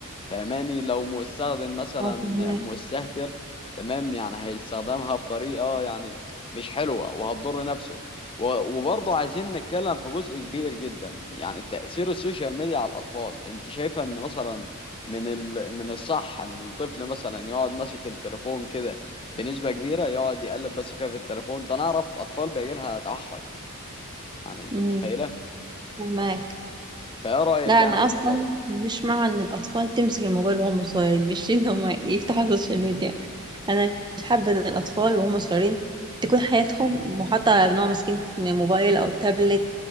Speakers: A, on the left (about 25°); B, on the right (about 20°).
A: فهماني لو مستخدم مثلا
B: اه فهماك
A: مستهتر تمام يعني هيستخدمها بطريقة يعني مش حلوة وهتضر نفسه و- وبرضه عايزين نتكلم في جزء كبير جدا يعني تأثير السوشيال ميديا على الأطفال انت شايفة ان مثلا من ال... من الصح ان الطفل مثلا يقعد ماسك التليفون كده بنسبة كبيرة يقعد يقلب بس كده في التليفون ده أنا أعرف أطفال بيجي لها توحد يعني أنت
B: امم
A: متخيلة؟
B: فهماك
A: فإيه رأيك
B: لا
A: يعني
B: انا
A: في الموضوع
B: اصلا
A: ده؟
B: مش مع ان الاطفال تمسك الموبايل وهم صغيرين مش ان هم يفتحوا <laughs> السوشيال ميديا انا مش حابه ان الاطفال وهم صغيرين تكون حياتهم محاطه بان هو ماسكين موبايل او تابلت